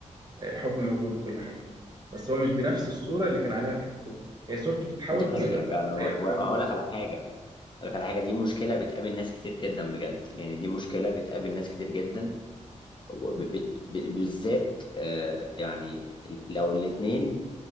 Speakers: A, on the right; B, on the left.
A: الحب موجود وكل حاجه بس هو مش بنفس الصوره اللي كان عليها في الخطوبه هي صورته بتتحول
B: دي
A: بس
B: حقيقه
A: هيبقى
B: فعلا و-
A: موجود.
B: و- وهقول لك على حاجه هقول لك على حاجه دي مشكله بتقابل ناس كتير جدا بجد يعني دي مشكله بتقابل ناس كتير جدا وبت- ب- بالذات آه، يعني ال- لو الاتنين